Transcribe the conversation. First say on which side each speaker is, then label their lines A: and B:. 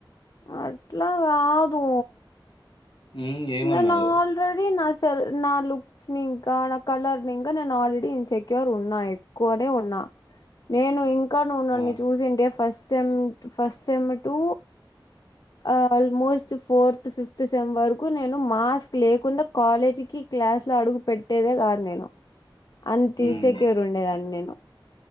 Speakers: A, on the left; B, on the left.
A: అట్లా కాదు
B: హ్మ్ ఏమన్నాడు
A: నేను ఆల్రెడీ నా లుక్స్ ని ఇంకా నా కలర్ ని ఇంకా నేను ఆల్రెడీ ఇన్సెక్యూర్ ఉన్నా ఎక్కువనే ఉన్నా నేను ఇంకా నువ్వు నన్ను
B: ఆ
A: చూసింటే ఫస్ట్మ్ first sem to almost fourth fifth sem వరకు కు నేను మాస్క్ లేకుండా కాలేజీకి క్లాస్ లో అడుగు పెట్టేదే కాదు నేను అంత
B: హ్మ్
A: ఇన్ సెక్యూర్ ఉండేదాన్ని నేను